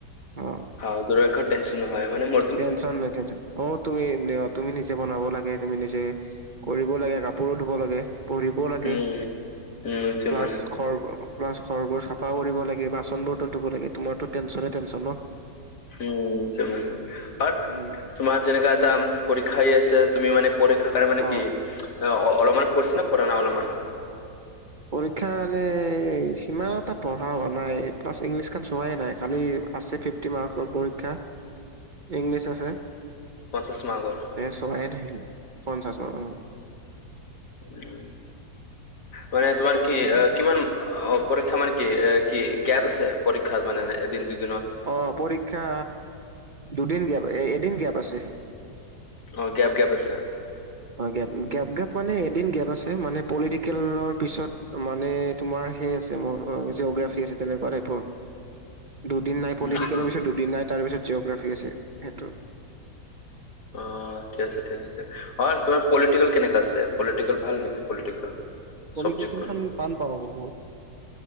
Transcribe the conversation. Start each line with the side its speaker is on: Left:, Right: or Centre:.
Right: অ
Left: অ টেনচন নামাৰিবা মানে ম।
Right: টেনশ্যন নাই অ। তুমি তুমি নিজে বনাব লাগে তুমি নিজে কৰিব লাগে কাপোৰো ধুব লাগে। পঢ়িবও লাগে
Left: উম উম এইটোৱে
Right: প্লাছ-
Left: মানে
Right: ঘৰ বাছ ঘৰ বোৰ চাফা কৰিব লাগে বাচন বৰ্তন ধুব লাগে তোমাৰ তো টেনশ্যনে টেনশ্যন ন।
Left: <inaudible> উম মানে আৰু
Right: উম
Left: তোমাৰ যেনেকা এটা পৰীক্ষাই আছে তুমি মানে। প্ৰদেখা কাৰ মনে
Right: অ
Left: কি? অলপমানো পঢ়িছে না পঢ়া নাই অলপমানো?
Right: পৰীক্ষা মানে সিমান এটা পঢ়া হোৱা নাই প্লাছ ইংলিছ খান চোৱাই নাই কালি আছে ফিফ। তি মাৰ্কৰ পৰীক্ষা ইংলিছ আছে।
Left: পঞ্চাশ মাৰ্কৰ
Right: এ চোৱাই থাকিলে ন ন মানত।
Left: উম মানে তোমাৰ কি
Right: তেনেকুৱা
Left: কিমান? অ পৰীক্ষা মানে কি এ কি গেপ আছে পৰীক্ষাৰ মানে এদিন দুদিন।
Right: অ পৰীক্ষা দুদিন গেপ এ এদিন গেপ আছে।
Left: অঁ তেওঁ গেপ গেপ আছে।
Right: অ গেপ গেপ গেপ মানে এদিন গেপ আছে মানে পলিটিকেলৰ পিছত মানে। তোমাৰ সেই আছে ম জিয়গ্ৰ্যাফী আছে তেনেকুৱা চাইটৰ দুদিন।
Left: উম।
Right: নাই পলিটিকেলৰ পিছত দুদিন নাই তাৰপিছত জি'গ্ৰাফী আছে সেইটো।
Left: অ ঠিক আছে ঠিক আছে অ তোমাৰ পলিটিকেল কেনেকা আছে পলিটিকেল ভাল নেকি পলিটিকেল।
Right: পলিটিকেল
Left: চবজেক্টখন
Right: খন টান পাব পাৰ।